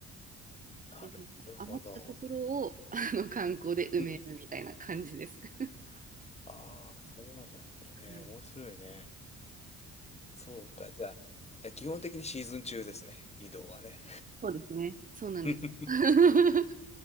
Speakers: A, on the left (about 20°); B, on the right (about 25°).
A: なるほど。
B: で、なんか余ったところを <laughs> あの観光で埋めるみたいな感じです。
A: うん。
B: <laughs>
A: ああ、そうなんだね。
B: はい
A: 面白いね。そうか。じゃあ、え基本的にシーズン中ですね。移動はね。
B: そうですね。そうなんです。
A: <laughs>
B: <laughs>